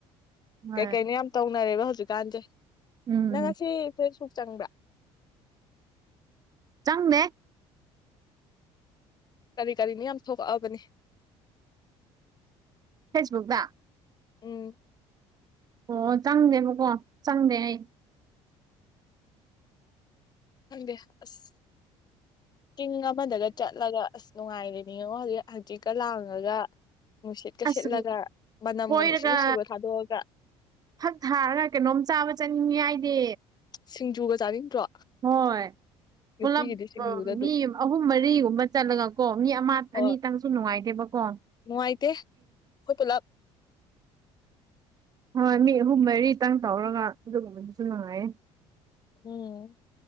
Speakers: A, on the right (about 35°); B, on the left (about 35°).
A: ꯍꯣꯏ
B: ꯀꯩꯀꯩꯅꯣ ꯌꯥꯝ ꯇꯧꯅꯔꯦꯕ ꯍꯧꯖꯤꯛꯀꯥꯟꯁꯦ
A: ꯎꯝ
B: ꯅꯪ ꯉꯑꯁꯤ ꯐꯦꯁꯕꯨꯛ ꯆꯪꯕ꯭ꯔꯥ
A: ꯆꯪꯗ‌ꯦ
B: ꯀꯔꯤ ꯀꯔꯤꯅꫭ ꯌꯥꯝ ꯊꯣꯛꯂꯛꯑꯕꯅꯤ
A: ꯐꯦꯁꯕꯨꯛꯗ
B: ꯎꯝ
A: ꯑꯣ ꯆꯪꯗꯦꯕꯀꯣ ꯆꯪꯗꯦ ꯑꯩ
B: ꯈꯪꯗꯦ ꯑꯁ ꯆꯤꯡ ꯑꯃꯗꯒ ꯆꯠꯂꯒ ꯑꯁ ꯅꯨꯡꯉꯥꯏꯔꯦꯅꯤ ꯌꯦꯉꯣ ꯍꯧꯖꯤꯛ ꯍꯆꯤꯛꯀꯥ ꯂꯥꯡꯉꯒ ꯅꯨꯡꯁꯤꯠꯀꯥ
A: ꯑꯁ
B: ꯁꯤꯠꯂꯒ ꯃꯅꯝꯒ
A: ꯀꯣꯏꯔꯒ
B: ꯅꯨꯡꯁꯤ ꯅꯨꯡꯁꯤꯕ ꯊꯥꯗꯣꯛꯑꯒ
A: ꯐꯛ ꯊꯥꯔꯒ ꯀꯩꯅꯣꯝ ꯆꯥꯕ ꯆꯥꯅꯤꯡꯉꯦ ꯑꯩꯗꯤ
B: ꯁꯤꯡꯖꯨꯒ ꯆꯥꯅꯤꯡꯗ꯭ꯔꯣ
A: ꯍꯣꯏ
B: ꯅꯨꯄꯤꯒꯤꯗꯤ
A: ꯄꯨꯂꯞ
B: ꯁꯤꯡꯖꯨꯗ ꯑꯗꯨꯝ
A: ꯃꯤ ꯑꯍꯨꯝ ꯃꯔꯤꯒꯨꯝꯕ ꯆꯠꯂꯒ ꯀꯣ ꯃꯤ ꯑꯃ
B: ꯍꯣꯏ
A: ꯑꯅꯤ ꯇꯪ ꯅꯨꯡꯉꯥꯏꯇꯦꯕ ꯀꯣ
B: ꯅꯨꯡꯉꯥꯏꯇꯦ ꯑꯩꯈꯣꯏ ꯄꯨꯂꯞ
A: ꯍꯣꯏ ꯃꯤ ꯑꯍꯨꯝ ꯃꯔꯤꯇꯪ ꯇꯧꯔꯒ ꯑꯗꯨꯒꯨꯝꯕꯗꯨꯁꯨ ꯅꯨꯡꯉꯥꯏꯌꯦ
B: ꯎꯝ